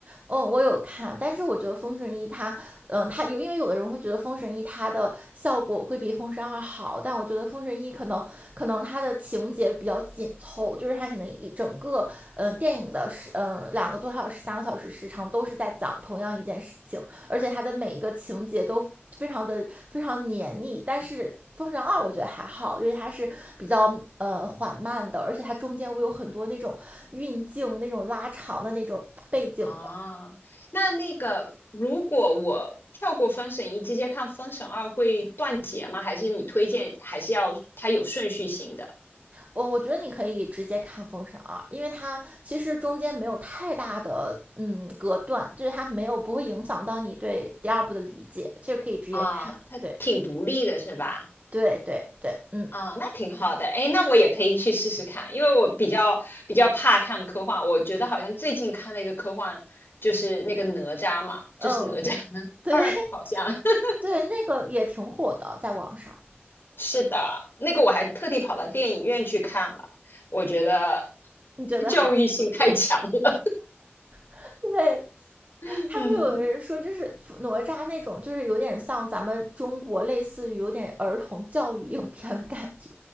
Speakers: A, on the right (about 40°); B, on the left (about 60°).
A: 嗯，我有看，但是我觉得《封神一》它，嗯，它有，因为有的人会觉得《封神一》它的效果会比《封神二》好，但我觉得《封神一》可能可能它的情节比较紧凑，就是它可能一整个嗯电影的时嗯两个多小时、三个小时时长都是在讲同样一件事情，而且它的每一个情节都非常的非常黏腻，但是《封神二》我觉得还好，因为它是比较呃缓慢的，而且它中间会有很多那种运镜、那种拉长的那种背景的。
B: 啊，那那个如果我跳过《封神一》，直接看《封神二》会断节吗？还是你推荐还是要它有顺序性的？
A: 我我觉得你可以直接看《封神二》，因为它其实中间没有太大的嗯隔断，就是它没有不会影响到你对第二部的理解，这个可以直接看。
B: 啊，它挺独立的是吧？
A: 对对对对，嗯
B: 啊，那挺好的，哎，那我也可以去试试看，因为我比较比较怕看科幻，我觉得好像最近看了一个科幻，就是那个哪吒嘛，
A: 嗯，
B: 就是哪吒 <laughs>
A: 对
B: 二，
A: <laughs>
B: 好像 <laughs>
A: 对，那个也挺火的，在网上，
B: 是的，那个我还特地跑到电影院去看了，我觉得
A: 你觉得还不错？
B: 教育性太强了，
A: <laughs> 对，
B: <laughs>
A: 他们有人说，
B: 嗯，
A: 就是哪吒那种，就是有点像咱们中国类似于有点儿童教育影片的感觉。